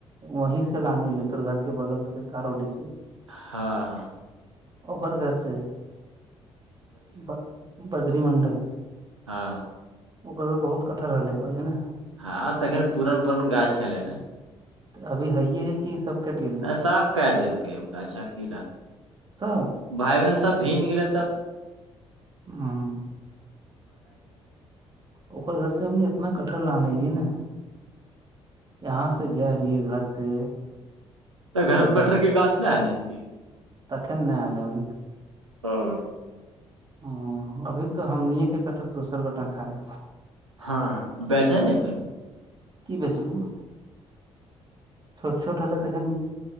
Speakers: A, on the right (about 30°); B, on the right (about 85°).
A: وہیں سے لانے لیے تو گھر کے بغل سے کارو ڈی سے
B: ہاں ہاں
A: اوپر گھر سے ب بدری منڈل
B: ہاں
A: ا بہت کٹہر رہے پہلے نا
B: ہاں تو ان پورن پورن گاچ چے نا
A: ابھی ہے یہ ہے کہ سب کٹ گلے
B: ن صاف کاٹ دلکے ا گ اچھا کی رہتا
A: سب
B: بھائی بہن سب بھیگ گے تب
A: ہاں ا گھر سے ہم نے اتنا کٹہر لانے لیے نا یہاں سے جا لیے گھر سے
B: ت گھرم
A: پیدا
B: کٹہر کے گاھ نہا ایلن کی
A: تخن نہیں آلے ہم
B: ہاں
A: ہ ابھی تو ہمن کے کٹہر دوسر گوٹا کائے
B: ہاں بیچان تو
A: کی بس ب چھٹ چھوٹ حال تون